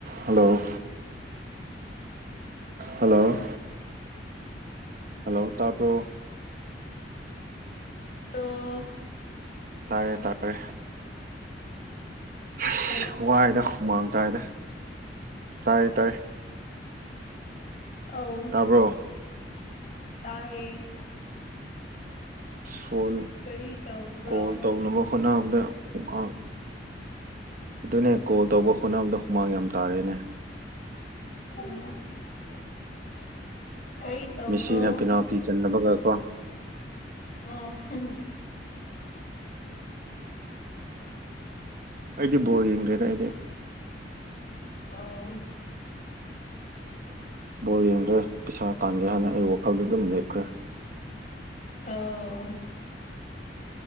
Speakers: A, on the right; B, on the left.
A: Hello hello hello ꯇꯥꯕ꯭ꯔꯣ
B: <unintelligible>
A: ꯇꯥꯔꯦ ꯇꯥꯔꯦ ꯑꯁ
B: ꯍꯜꯂꯣ
A: ꯋꯥꯏꯗ ꯍꯨꯃꯥꯡ ꯇꯥꯏꯗ ꯇꯥꯏꯌꯦ ꯇꯥꯏꯌꯦ
B: ꯑꯧ
A: ꯇꯥꯕ꯭ꯔꯣ
B: ꯇꯥꯌꯦ
A: ꯐꯣꯟ
B: ꯀꯔꯤ ꯇꯧꯕ꯭ꯔꯣ
A: ꯀꯣꯜ ꯇꯧꯅꯕ ꯍꯣꯠꯅꯕꯗ ꯍꯨꯃꯥꯡ ꯑꯗꯨꯅꯦ ꯀꯣꯜ ꯇꯧꯕ ꯍꯣꯠꯅꯕꯗ ꯍꯨꯃꯥꯡ ꯌꯥꯝ ꯇꯥꯔꯦꯅꯦ
B: <unintelligible> ꯀꯔꯤ ꯇꯧꯕ꯭ꯔꯣ
A: ꯃꯦꯁꯤꯅ ꯄꯤꯅꯥꯜꯇꯤ ꯆꯟꯗꯕꯒ ꯀꯣ
B: ꯎꯝ꯫
A: ꯑꯩꯗꯤ ꯕꯣꯜ ꯌꯦꯡꯗ꯭ꯔꯦꯗ ꯑꯩꯗꯤ
B: ꯑꯣ
A: ꯕꯣꯜ ꯌꯦꯡꯗ꯭ꯔꯦ ꯄꯩꯁꯥ ꯇꯥꯟꯒꯦ ꯍꯥꯏꯅ ꯑꯩ ꯋꯥꯈꯜꯗꯨ ꯑꯗꯨꯝ ꯂꯦꯞꯈ꯭ꯔꯦ
B: ꯑꯣ